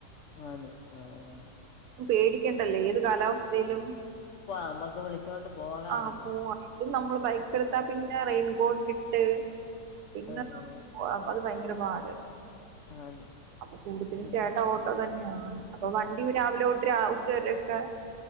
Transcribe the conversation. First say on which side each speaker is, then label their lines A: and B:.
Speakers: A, on the left; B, on the right.
A: ആണ് ആഹ്ആഹ്
B: പേടിക്കേണ്ടല്ലേ ഏത് കാലാവസ് സ്ഥയിലും
A: അപ്പൊ അമ്മക്ക് വിളിച്ചോണ്ട് പോകാമല്ലോ
B: ആ പൂവാ പിന്നെ നമ്മള് ബൈക്ക് എടുത്താ പിന്നെ റെയിൻ കോട്ടിട്ട് പിന്നെ
A: ആഹ്
B: അത് ഭയങ്കര പാട്
A: ആന്ന്
B: അപ്പൊ കൂടുതലും
A: ഇത്
B: ചേട്ടാ ഓട്ടോ തന്നെയാണ് അപ്പൊ വണ്ടി രാവിലെ തൊട്ട് ഉച്ചവരെയൊക്കെ